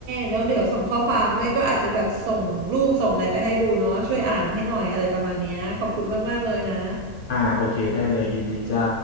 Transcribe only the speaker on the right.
แล้วเดี๋ยวส่งข้อความไม่ก็อาจจะแบบส่งรูปส่งอะไรไปให้ดูเนาะช่วยอ่านให้หน่อยอะไรประมาณเนี้ยขอบคุณมากๆเลยนะ